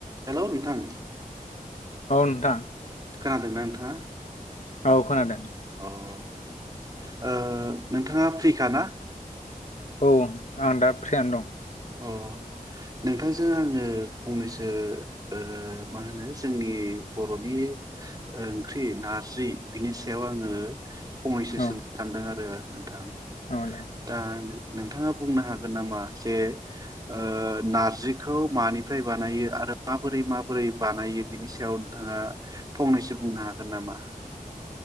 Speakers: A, on the right (about 25°); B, on the left (about 55°).
A: हेल' नोंथां।
B: अ नोंथां।
A: खोनादोंना नोंथाङा
B: औ खोनादों।
A: अ ओ नोंथाङा फ्रिखा ना?
B: औ आं दा फ्रियानो दं।
A: अ नोंथांजों आङो फंनैसो ओ मा होनो जोंनि बर'नि ओंख्रि नारजि बिनि सायाव आङो फंनैसो
B: औ
A: सोंनो सानदों आरो। नोंथां
B: औ दे
A: दा नोंथाङा बुंनो हागोन नामा जे ओ नारजिखौ मानिफ्राय बानायो आरो माबोरै माबोरै बानायो बिनि सायाव नोंथाङा फंनैसो बुंनो हागोन नामा?